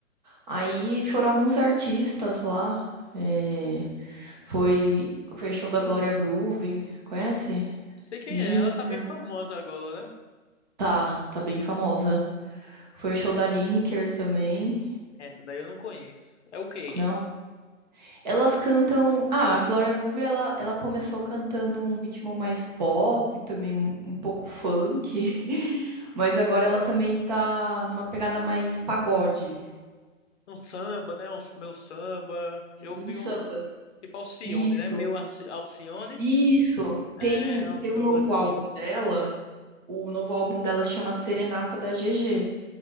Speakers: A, on the right; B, on the left.
A: Aí foram alguns artistas lá. é, foi, foi show da Glória Groove, conhece?
B: sei quem
A: Lineker.
B: é, ela tá bem famosa agora, né?
A: Tá, tá bem famosa. Foi o show da Lineker também.
B: Essa daí eu não conheço. É o quê?
A: Não. Elas cantam. Ah, a Glória Groove ela, ela começou cantando um ritmo mais pop, também um pouco funk. <laughs> Mas agora ela também tá numa pegada mais pagode.
B: um samba, né? Um meu samba. Eu
A: E
B: vi
A: um samba.
B: um tipo Alcione,
A: Isso.
B: né? Meu Alci- Alcione
A: Isso,
B: é
A: tem,
B: é um
A: tem
B: sambazinho.
A: um novo álbum dela. O novo álbum dela chama Serenata da GG.